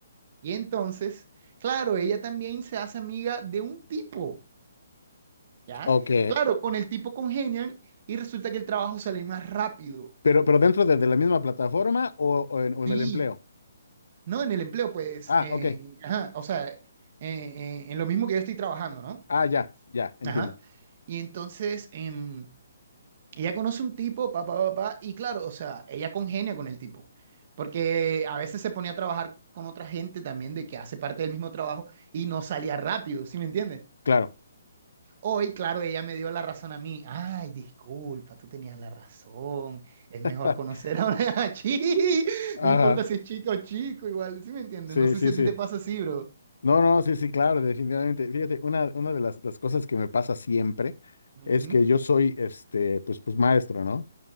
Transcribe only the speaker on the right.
Y entonces, claro, ella también se hace amiga de un tipo. ¿Ya?
Claro, con el tipo congenian y resulta que el trabajo sale más rápido.
Sí,
no en el empleo, pues,
eh,
ajá, o sea, eh, eh, en lo mismo que yo estoy trabajando, ¿no?
Ajá. Y entonces, em, ella conoce un tipo, papá, papá, y claro, o sea, ella congenia con el tipo, porque a veces se ponía a trabajar con otra gente también de que hace parte del mismo trabajo y no salía rápido, ¿sí me entiendes?
Hoy, claro, ella me dio la razón a mí. Ay, disculpa, tú tenías la razón. Es mejor
conocer a una <laughs> chi.
No importa si es chica o chico, igual. ¿Sí me entiendes?
No sé
si a
ti te pasa así, bro.
Ujú.